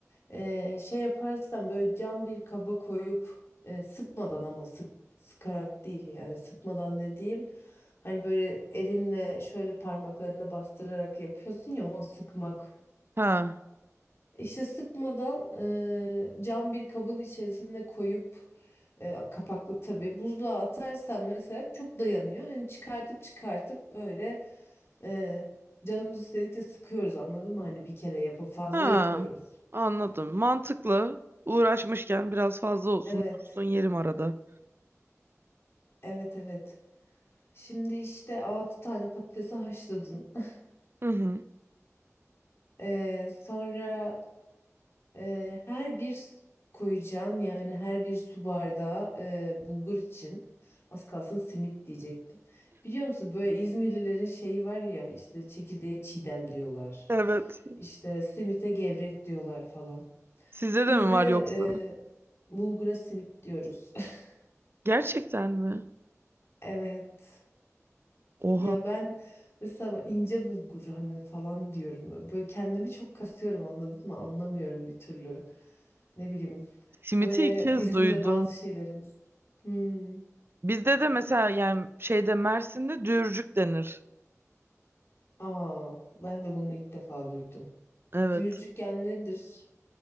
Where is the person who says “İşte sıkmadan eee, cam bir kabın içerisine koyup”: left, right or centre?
Left